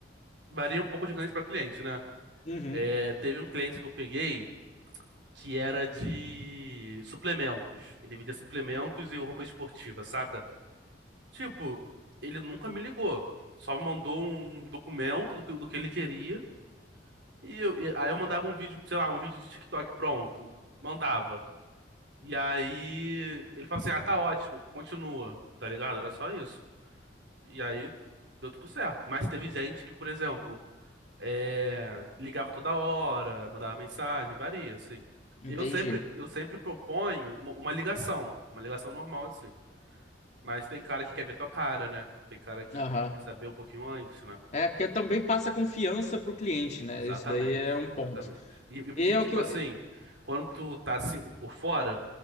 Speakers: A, on the right; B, on the left.
A: varia um pouco de cliente pra cliente, né?
B: Uhum.
A: É, teve um cliente que eu peguei que era de suplementos. Ele vendia suplementos e roupa esportiva, saca? Tipo, ele nunca me ligou. Só me mandou um documento do que, do que ele queria. E, eu, e aí eu mandava um vídeo, sei lá, um vídeo de TikTok pronto. Mandava. E aí ele falou assim: ah, tá ótimo, continua, tá ligado? Era só isso. E aí deu tudo certo. Mas teve gente que, por exemplo, é, ligava toda hora, mandava mensagem, varia, assim.
B: Entendi.
A: Eu sempre, eu sempre proponho uma, uma ligação, uma ligação normal, assim. Mas tem cara que quer ver tua cara, né? Tem cara que
B: Aham.
A: quer saber um pouquinho antes, né?
B: É, porque também passa confiança pro cliente, né?
A: Exatamente,
B: Isso daí é um ponto.
A: exatamente. E, e-
B: E
A: e,
B: é
A: tipo
B: o que.
A: assim, quando tu tá assim por fora.